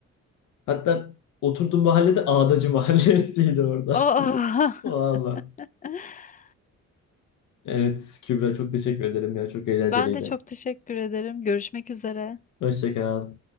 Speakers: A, on the left; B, on the left.
A: Hatta oturduğum mahallede Ağdacı <laughs> Mahallesi'ydi orada.
B: Aa,
A: Valla.
B: <laughs>
A: Evet Kübra çok teşekkür ederim ya. Çok eğlenceliydi.
B: ben de çok teşekkür ederim. Görüşmek üzere.
A: Hoşça kal.